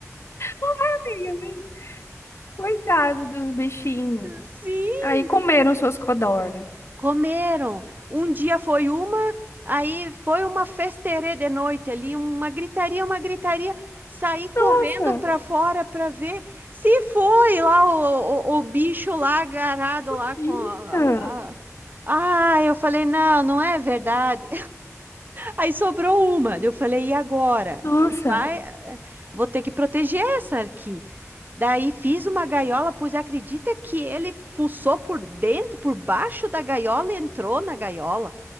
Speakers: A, on the left; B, on the right.
A: Ué, amiga, mas coitado dos bichinhos.
B: Sim.
A: Aí comeram suas codornas.
B: Comeram. Um dia foi uma, aí foi uma festerê de noite ali, uma gritaria, uma gritaria. Saí correndo
A: Nossa,
B: para fora para ver se foi lá o, o, o bicho lá agarrado
A: tadinha.
B: lá com a, a- a- Ah, eu falei, não, não é verdade. Aí sobrou uma. Daí Eu falei, e agora?
A: Nossa.
B: E Vai, eh, vou ter que proteger essa aqui. Daí fiz uma gaiola, pois acredita que ele fuçou por dentro, por baixo da gaiola e entrou na gaiola,